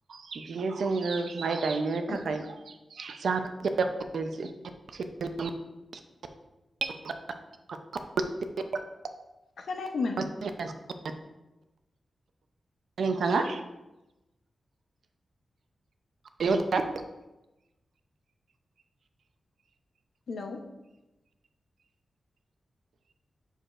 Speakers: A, on the right; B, on the left.
A: बिदिनो जोङो माइ गायनो थाखाय
B: औ
A: <unintelligible> <unintelligible>
B: खोनाखैमोन
A: द <unintelligible> नोंथाङा इउ <unintelligible>
B: हेलौ